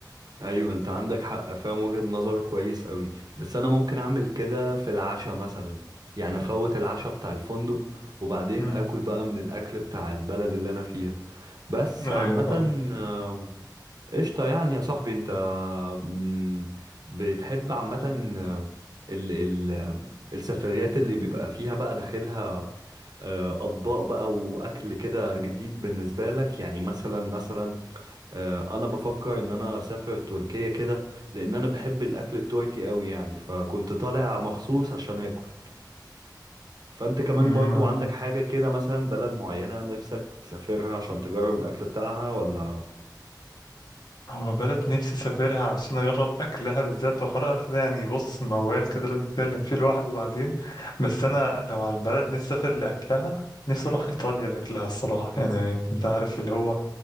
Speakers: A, on the right (about 60°); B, on the left (about 65°).
A: ايوه انت عندك حق فاهم وجهة نظرك كويس قوي بس انا ممكن اعمل كده في العشاء مثلا يعني افوت العشاء بتاع الفندق وبعدين
B: امم
A: اكل بقى من الاكل بتاع البلد اللي انا فيها بس
B: ايوه
A: عامة
B: فاهم
A: آه، قشطة يعني يا صاحبي انت مم، بتحب عامة آه، ال ال السفريات اللي بيبقى فيها بقى داخلها آه، اطباق بقى واكل كده جديد بالنسبه لك يعني مثلا مثلا آه، انا بفكر ان انا اسافر تركيا كده لان انا بحب الاكل التركي قوي يعني فكنت طالع مخصوص عشان اكل فانت كمان
B: مم.
A: برضو عندك حاجه كده مثلا بلد معينه نفسك تسافرها عشان تجرب الاكل بتاعها ولا
B: هو بلد نفسي اسافرها عشان اجرب اكلها بالذات وحوار اكل ده يعني بص موال كده لازم نتكلم فيه لوحده بعدين بس انا لو على البلد نفسي اسافر لاكلها نفسي اروح ايطاليا لاكلها الصراحه يعني انت عارف اللي هو